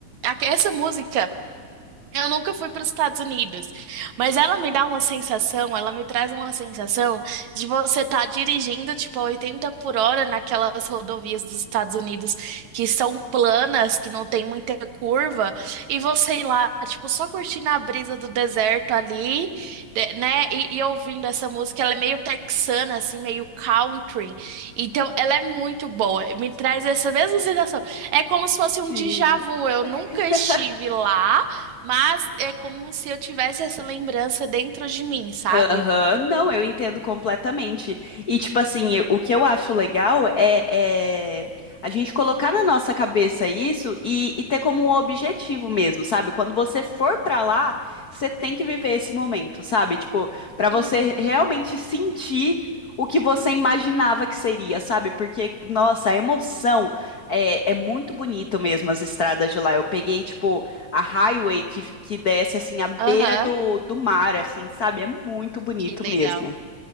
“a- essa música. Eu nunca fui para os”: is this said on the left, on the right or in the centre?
Right